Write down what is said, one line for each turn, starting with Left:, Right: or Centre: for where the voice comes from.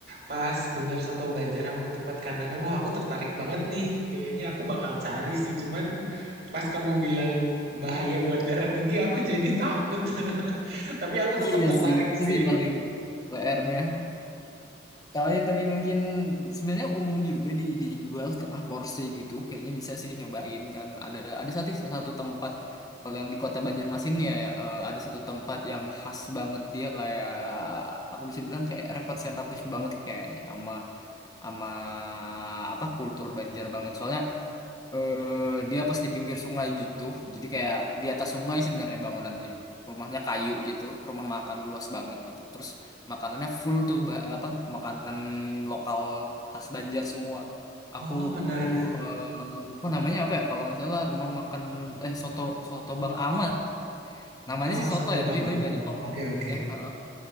Right: pas denger soto Banjar sama ketupat kandangan, wah aku tertarik banget nih. Kayaknya aku bakal cari sih, cuman pas kamu bilang bahaya buat darah tinggi, aku jadi takut. <laughs> Tapi aku
Left: Iya
Right: tetap tertarik
Left: sih, itu
Right: sih.
Left: sih paling PR-nya. Tapi, tapi mungkin sebenarnya umum juga di, dijual setengah porsi gitu. Kayaknya bisa sih nyobain kan. Ada ada satu satu tempat kalau yang di Kota Banjarmasin ya eh, ada satu tempat yang khas banget dia kayak aku bisa bilang kayak representatif banget kayaknya sama sama apa kultur Banjar banget. Soalnya eh dia pas di pinggir sungai gitu. Jadi kayak di atas sungai sebenarnya bangunannya. Rumahnya kayu gitu, rumah makan luas banget gitu. Terus makanannya full tuh ba- apa makanan lokal khas Banjar semua. Aku
Right: Oh, menarik.
Left: eh, lupa namanya apa ya kalau nggak salah rumah makan eh soto soto Bang Ahmad. Namanya
Right: Oh,
Left: sih soto
Right: soto
Left: ya,
Right: Bang
Left: tapi tapi
Right: Amal.
Left: banyak kok menu-
Right: Oke,
Left: menunya.
Right: oke.
Left: Heeh.